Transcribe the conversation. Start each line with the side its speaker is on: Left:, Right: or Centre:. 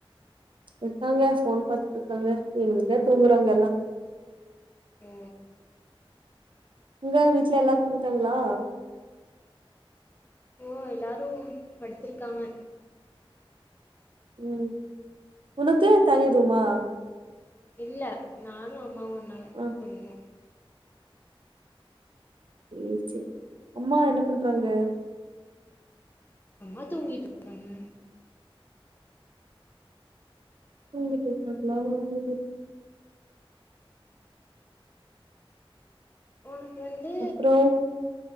Right: இருக்காங்க ஃபோன் பாத்துட்டுருக்காங்க எங்க தூங்குறாங்க எல்லா
Left: ஓ
Right: உங்க வீட்ல எல்லா தூங்கிட்டாங்களா
Left: இப்போ எல்லாரு படுத்துருக்காங்க
Right: ம் உனுக்கு தனி ரூமா
Left: இல்ல நானோ அம்மாவு ஒன்னா
Right: ஆ
Left: தூங்குவோ
Right: செர் சேரி அம்மா என்ன பண்றாங்க
Left: அம்மா தூங்கிட்டுருக்காங்க
Right: தூங்கிட்டுருக்காங்களா ஓஹோ
Left: ஒனக்கு வந்து
Right: அப்றோ